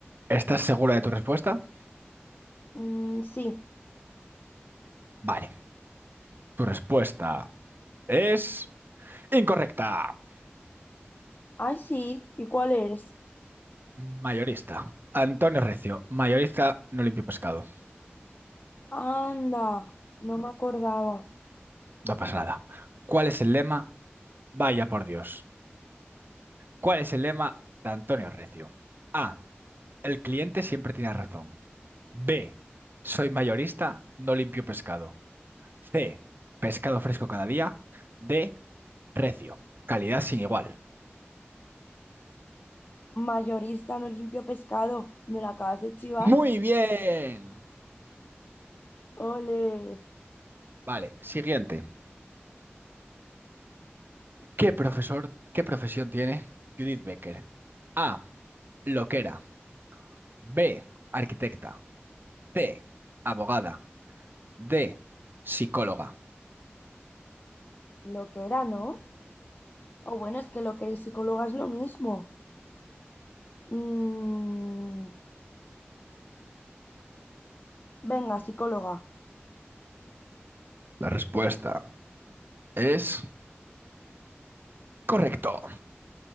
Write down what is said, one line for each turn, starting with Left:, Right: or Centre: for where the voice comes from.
Right: ¿Estás segura de tu respuesta?
Left: Mm, sí.
Right: Vale. Tu respuesta Es incorrecta.
Left: Ay, sí. ¿Y cuál eres?
Right: Mayorista. Antonio Recio, mayorista no limpio pescado.
Left: Anda, no me acordaba.
Right: No pasa nada. ¿Cuál es el lema? Vaya por Dios. ¿Cuál es el lema de Antonio Recio? A. El cliente siempre tiene razón. B. Soy mayorista, no limpio pescado. C. Pescado fresco cada día. D. Recio. Calidad sin igual.
Left: Mayorista, no limpio pescado. Me lo acabas de chivar.
Right: Muy bien.
Left: Ole.
Right: Vale, siguiente. ¿Qué profesor, qué profesión tiene Judith Becker? A. Loquera. B, arquitecta. C, abogada. D, psicóloga.
Left: Lo que era, ¿no? O bueno, es que lo que eres psicóloga es lo mismo. Mm, venga, psicóloga.
Right: La respuesta es correcto.